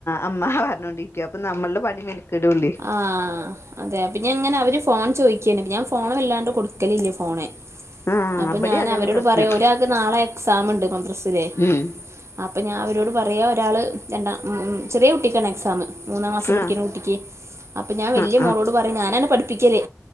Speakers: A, on the left (about 60°); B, on the right (about 65°).
A: അമ്മ പറഞ്ഞോണ്ടിരിക്കും. അപ്പൊ നമ്മളുടെ പണി മെനക്കെടുള്ളേ
B: ആഹ് അതെ അപ്പ ഞാൻ ഇങ്ങനെ അവര് ഫോൺ ചോയിക്കെണ് ഞാൻ ഫോൺ വല്ലാണ്ട് കൊടുക്കലില്ലേ ഫോണ്.
A: ആഹ്
B: അപ്പൊ
A: ഇബടിം
B: ഞാൻ
A: അതന്നെ
B: അവരോട്
A: പ്രശ്നം
B: പറയും ഒരാൾക്ക് നാളെ എക്സാം ഉണ്ട് മദ്രസയില്.
A: ഉം
B: അപ്പം ഞാൻ അവരോട് പറയ ഒരാള് രണ്ടാ ചെറിയ കുട്ടിക്കാണ് എക്സാം. മൂന്നാം ക്ലാസ് പഠിക്കണകുട്ടിക്ക്
A: ആഹ്
B: അപ്പൊ ഞാൻ വലിയ
A: ആഹ്
B: മോളോട് പറയുംഞാനാണ് പഠിപ്പിക്കല്